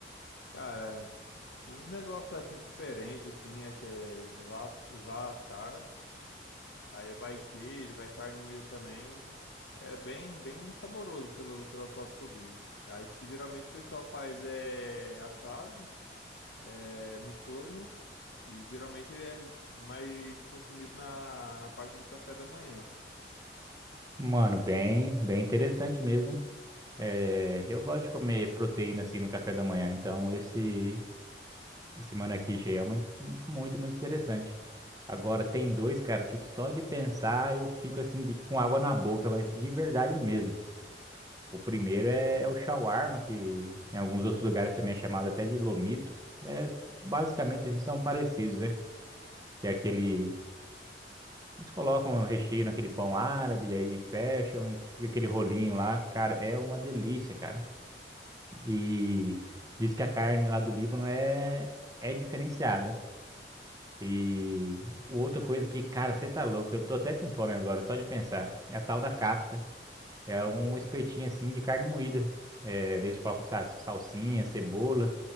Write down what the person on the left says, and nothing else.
cara, um negócio acho que diferente assim, acho que é va- vatar. Aí vai queijo, vai carne moída também. É bem, bem saboroso pelo, pelas fotos que eu vi. Aí, tipo, geralmente o pessoal faz é, assado é, nos fornos e geralmente ele é mais consumido na, na parte do café da manhã.